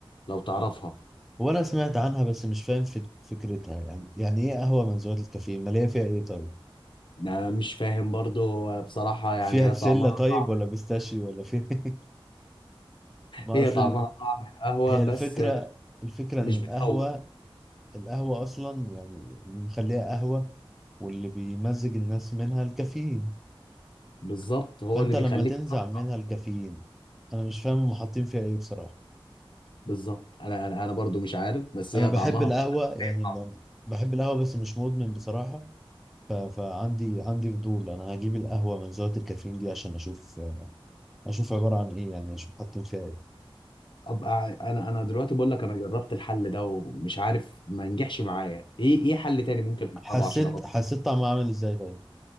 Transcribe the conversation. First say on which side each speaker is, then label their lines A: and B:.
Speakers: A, on the left; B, in the centre.
A: لو تعرفها
B: هو انا سمعت عنها بس مش فاهم فك- فكرتها يعني يعني ايه قهوه منزوعه الكافيين ماليه فيها ايه طيب
A: انا مش فاهم برضو آه، بصراحه يعني
B: فيها
A: هي
B: بسله
A: طعمها
B: طيب
A: طعم
B: ولا بيستاشيو ولا فيها <laughs> ما
A: هي
B: اصل
A: طعمها طعم القهوه
B: هي
A: بس
B: الفكره
A: آه،
B: الفكره
A: مش
B: ان
A: بتفوق
B: القهوه القهوة أصلا يعني اللي مخليها قهوة واللي بيمزج الناس منها الكافيين
A: بالظبط هو
B: فأنت
A: اللي بيخليك
B: لما تنزع
A: تصحصح
B: منها الكافيين أنا مش فاهم هم حاطين فيها إيه بصراحة
A: بالظبط انا انا أنا برضو مش عارف بس
B: أنا
A: هي
B: بحب
A: طعمها
B: القهوة
A: بقول لك
B: يعني
A: زي القهوة.
B: ب- بحب القهوة بس مش مدمن بصراحة ف... فعندي عندي فضول أنا هجيب القهوة من زاوية الكافيين دي عشان أشوف أشوف عبارة عن إيه يعني أشوف حاطين فيها إيه
A: ابقى انا انا دلوقتي بقول لك انا جربت الحل ده ومش عارف ما نجحش معايا ايه ايه حل تاني ممكن اجربه
B: حسيت
A: عشان ابطل
B: حسيت طعمها عامل إزاي طيب